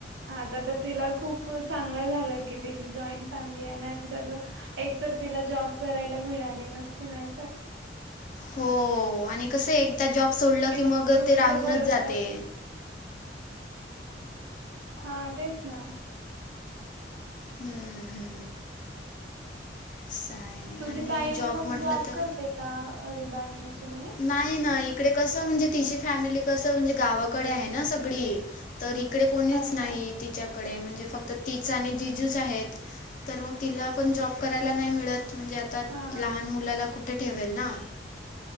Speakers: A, on the right (about 85°); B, on the left (about 45°).
A: आता तर तिला खूप चांगलं झालं की, तिची जॉईंट फॅमिली आहे नंतर एक तर तिला जॉब करायला मिळाली नसती नाहीतर
B: हो आणि कसंय एकदा जॉब सोडलं
A: किंवा
B: की मग
A: दुसऱ्यांच्या
B: ते राहूनच
A: भरोश्यावर
B: जातय.
A: हा तेच ना.
B: हम्म हम्म. असं आहे.
A: तुझी
B: आणि
A: ताई मग
B: म्हटलं
A: जॉब
B: तर
A: करते का? रिदायन ची मम्मी.
B: नाही ना, इकडे कसं म्हणजे तिची फॅमिली कसं म्हणजे गावाकडे आहे ना सगळी तर इकडे कोणीच
A: अच्छा
B: नाही
A: अच्छा
B: तिच्याकडे, म्हणजे फक्त तीच आणि जिजूच आहेत. तर मग तिला पण जॉब करायला नाही मिळत, म्हणजे आता
A: हा हा
B: लहान मुलाला कुठे ठेवेल ना.